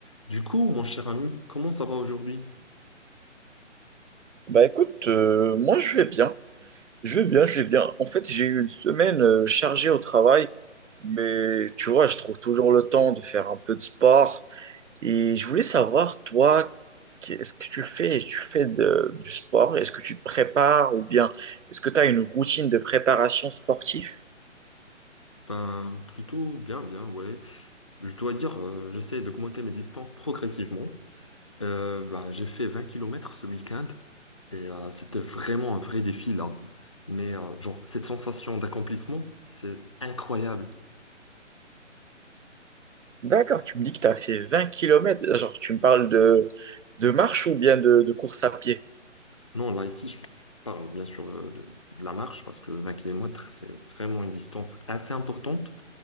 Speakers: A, on the left; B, on the right.
A: Du coup, mon cher ami, comment ça va aujourd'hui?
B: Bah écoute, euh, moi je vais bien, je vais bien, je vais bien. En fait, j'ai eu une semaine euh, chargée au travail, mais tu vois, je trouve toujours le temps de faire un peu de sport. Et je voulais savoir, toi, qu'est-ce que tu fais? Tu fais de- du sport? Est-ce que tu te prépares ou bien est-ce que tu as une routine de préparation sportive?
A: Ben, plutôt bien, bien, ouais. Je dois dire, euh, j'essaie d'augmenter mes distances progressivement. Euh, ben, j'ai fait 20 kilomètres ce week-end et euh, c'était vraiment un vrai défi là. Mais euh, genre, cette sensation d'accomplissement, c'est incroyable.
B: D'accord, tu me dis que tu as fait 20 kilomètres. Genre, tu me parles de, de marche ou bien de, de course à pied?
A: Non, là, ici, je parle bien sûr euh, de, de la marche parce que 20 kilomètres c'est vraiment une distance assez importante